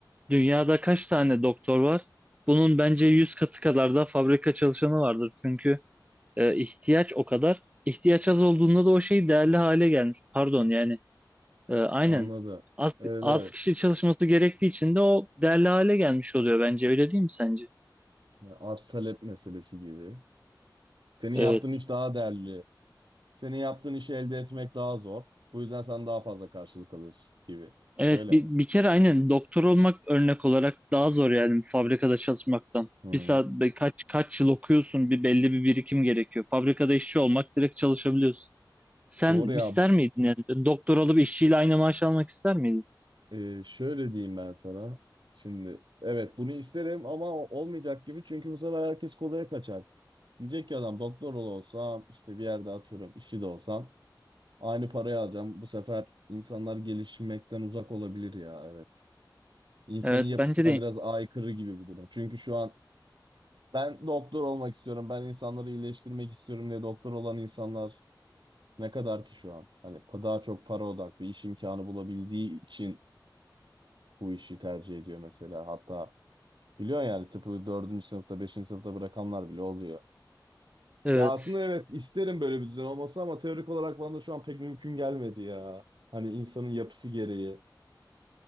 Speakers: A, on the right; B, on the right.
A: Dünyada kaç tane doktor var? Bunun bence 100 katı kadar da fabrika çalışanı vardır. Çünkü e, ihtiyaç o kadar. İhtiyaç az olduğunda da o şey değerli hale gelmiş. Pardon yani Ee, aynen.
B: Anladım.
A: Az,
B: Evet.
A: az
B: evet.
A: kişi çalışması gerektiği için de o değerli hale gelmiş oluyor bence. Öyle değil mi sence?
B: Ya, arz talep meselesi gibi. Senin
A: Evet.
B: yaptığın iş daha değerli Senin yaptığın işi elde etmek daha zor. Bu yüzden sen daha fazla karşılık alıyorsun gibi.
A: Evet
B: Öyle
A: bir,
B: mi?
A: bir kere aynen doktor olmak örnek olarak daha zor yani fabrikada çalışmaktan.
B: Hı.
A: Bir saat be- kaç kaç yıl okuyorsun bir belli bir birikim gerekiyor. Fabrikada işçi olmak direkt çalışabiliyorsun. Sen
B: Doğru ya.
A: ister miydin yani doktor olup işçiyle aynı maaş almak ister miydin?
B: Ee, şöyle diyeyim ben sana. Şimdi evet bunu isterim ama o- olmayacak gibi çünkü bu sefer herkes kolaya kaçar. Diyecek ki adam doktor ol olsam işte bir yerde atıyorum işçi de olsam aynı parayı alacağım. Bu sefer insanlar gelişmekten uzak olabilir ya evet. İnsanın
A: Evet
B: yapısına
A: bence de
B: biraz aykırı gibi bir durum. Çünkü şu an ben doktor olmak istiyorum, ben insanları iyileştirmek istiyorum diye doktor olan insanlar Ne kadar ki şu an? Hani pa- daha çok para odaklı iş imkanı bulabildiği için bu işi tercih ediyor mesela. Hatta biliyorsun yani tıpı dördüncü sınıfta, beşinci sınıfta bırakanlar bile oluyor.
A: evet.
B: Ya aslında evet isterim böyle bir düzen olması ama teorik olarak bana da şu an pek mümkün gelmedi ya. Hani insanın yapısı gereği.